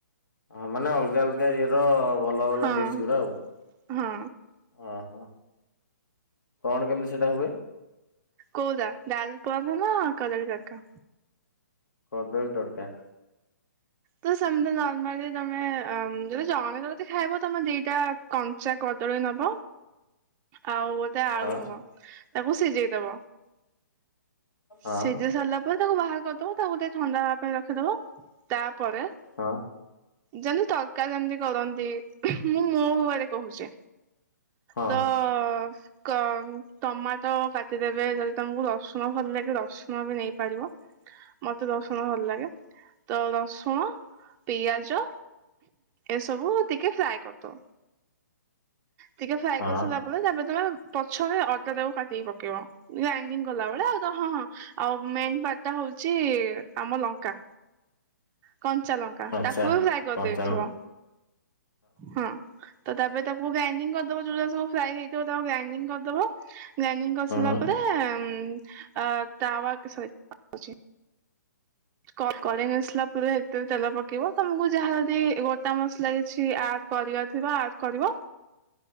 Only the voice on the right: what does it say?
ହଁ
ହଁ
କଉରା ଡାଲ ପରଠା ନା କଦଳୀ ତଡକା?
ତ ସେମିତି ନର୍ମାଲି ତମେ ଅ ଯଦି ଜଣେ ଯଦି ଖାଇବ ତମେ ଦିଟା କଞ୍ଚା କଦଳୀ ନବ। ଆଉ ଗୋଟେ ଆଳୁ
ନବ ତାକୁ ସିଝେଇଦବ।
ସିଝି ସାରିଲା ପରେ ତାକୁ ବାହାର କରିଦବ ତାକୁ ଟେ ଥଣ୍ଡା ହେବା ପାଇଁ ରଖିଦବ ତା ପରେ
ଯେମିତି ତରକାର ଯେମିତି କରନ୍ତି ମୁଁ ମୋ ୱେ ରେ କହୁଛି।
ଦ- କ ଟମାଟୋ କାଟିଦେବେ ଯଦି ତମକୁ ରସୁଣ ଭଲ ଲାଗେ ରସୁଣ ବି ନେଇ ପାରିବ। ମତେ ରସୁଣ ଭଲ ଲାଗେ ତ ରସୁଣ ପିଆଜ ଏସବୁ ଟିକେ ଫ୍ରାଏ କରଦବ। ଟିକେ ଫ୍ରାଏ
କରିସିଲ ପରେ ତାପରେ ତମେ ପଛରେ ଅଦା ଟାକୁ କାଟିକି ପକେଇବ। ଗ୍ରାଇଣ୍ଡିଙ୍ଗ କଲାବେଳେ ଅଦା ହଁ, ହଁ, ଆଉ ମେନ୍ ପାର୍ଟଟା ହଉଛି, ଆମ ଲଙ୍କା କଞ୍ଚା ଲଙ୍କା
ତାକୁ ବି ଫ୍ରାଏ କରିଦେଇଥିବ।
ହଁ। ତ ତାପରେ ତାକୁ ଗ୍ରାଇଣ୍ଡିଙ୍ଗ କରିଦବ। ଯୋଉଟା ସବୁ ଫ୍ରାଇ ହେଇଥିବ ତାକୁ ଗ୍ରାଇଣ୍ଡିଙ୍ଗ କରିଦବ। ଗ୍ରାଇଣ୍ଡିଙ୍ଗ କରିସାରିଲା
ପରେ, ଏ ତାୱା ଏ ସରି ତାୱା କହୁଚି। କ କରେଣ୍ଟ ଆସିଲା ପରେ ସେଥିରେ ତେଲ ପକେଇବ ତମକୁ ଯାହା ଯଦି ଗୋଟା ମସଲା ଲାଗିଛି ଆ କରାରିବା ଥିବା ଆର କରିବା।